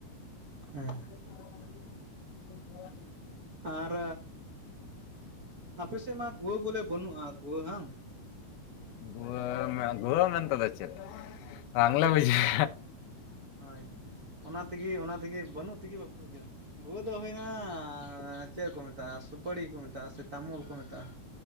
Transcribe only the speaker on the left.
<inaudible>
ᱜᱩᱢ ᱜᱩᱦᱢ ᱮᱱ ᱛ ᱫᱚ ᱪᱮᱫ ᱵᱟᱝᱞᱟ ᱵᱩᱡᱤᱸ